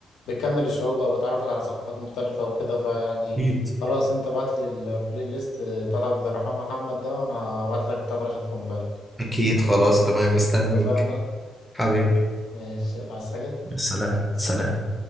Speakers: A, on the left; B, in the centre.
A: بتكمل الشعوب أو بتعرفك على ثقافات مختلفة وكده فيعني
B: أكيد
A: خلاص أنت بعت لي البلاي ليست بتاعت عبد الرحمن محمد ده وأنا هبعت لك بتاعت رشاد قنبال
B: اكيد خلاص تمام مستنيك
A: اتفقنا
B: حبيبي
A: ماشي يلا عايز حاجة
B: سلام
A: سلام
B: سلام